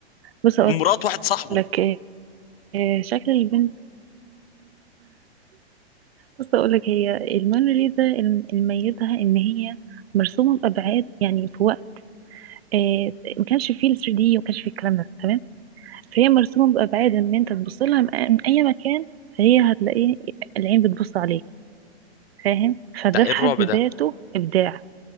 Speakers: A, on the right (about 65°); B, on the left (about 60°).
A: بص أقول
B: ومرات واحد صاحبه
A: لك آه، شكل البنت بص أقولك هي الموناليزا الم- الميزها إن هي مرسومة بأبعاد يعني في وقت آه، ما كانش فيه ال 3D وما كانش فيه الكلام ده تمام فهي مرسومة بأبعاد إن أنت تبص لها من أي من أي مكان فهي هتلاقيه العين بتبص عليك فاهم فده
B: ده ايه
A: في
B: الرعب
A: حد ذاته
B: ده
A: إبداع